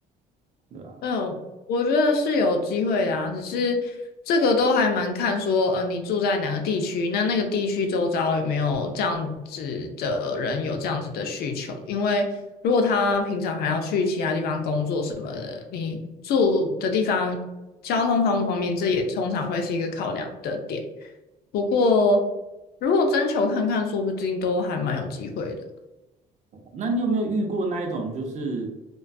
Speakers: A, on the right; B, on the left.
A: 对吧？
B: 嗯，我觉得是有机会的啊，只是这个都还蛮看说，呃，你住在哪个地区，那那个地区周遭有没有这样子的人有这样子的需求？因为如果他平常还要去其他地方工作什么的，你住的地方交通方不方便，这也通常会是一个考量的点。不过如果征求看看，说不定都还蛮有机会的。
A: 那你有没有遇过那一种，就是